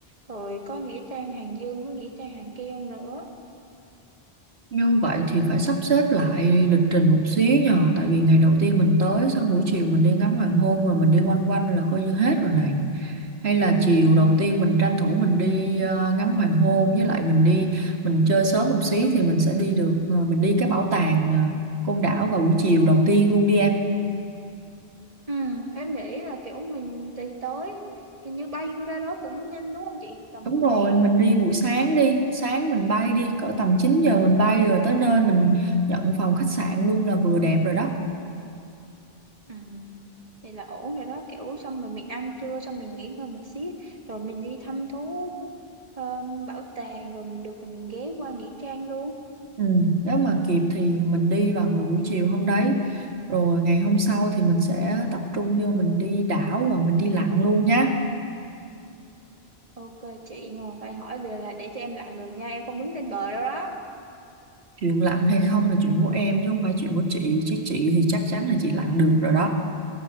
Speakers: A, on the right; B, on the right.
A: Rồi có nghĩa trang Hàng Dương với nghĩa trang Hàng Keo nữa.
B: Như vậy thì phải sắp xếp lại lịch trình một xíu nhờ Tại vì ngày đầu tiên mình tới Xong buổi chiều mình đi ngắm hoàng hôn Rồi mình đi quanh quanh là coi như hết rồi này Hay là chiều đầu tiên mình tranh thủ Mình đi ờ, ngắm hoàng hôn Với lại mình đi Mình chơi sớm một xí Thì mình sẽ đi được ờ, Mình đi cái bảo tàng ờ, Côn Đảo vào buổi chiều đầu tiên luôn đi em
A: Ừ, em nghĩ là kiểu mình đi tới, hình như bay ra đó cũng nhanh đúng không chị? Tầm
B: Đúng
A: một
B: rồi
A: tiếng
B: mình
A: hả?
B: đi buổi sáng đi Sáng mình bay đi Cỡ tầm 9 giờ mình bay Rồi tới nơi mình nhận phòng khách sạn luôn là vừa đẹp rồi đó
A: Ừ, vậy là ổn rồi đó, kiểu xong rồi mình ăn trưa, xong mình nghỉ ngơi một xíu, rồi mình đi thăm thú ờm, bảo tàng, rồi mình được thì mình ghé qua nghĩa trang luôn.
B: Ừ, nếu mà kịp thì mình đi vào ngày buổi chiều hôm đấy rồi ngày hôm sau thì mình sẽ tập trung vô mình đi đảo và mình đi lặn luôn nhá
A: Ok chị, nhưng mà phải hỏi về là để cho em lặn đường nha, em không đứng trên bờ đâu đó.
B: chuyện lặn hay không là chuyện của em chứ không phải chuyện của chị chứ chị thì chắc chắn là chị lặn được rồi đó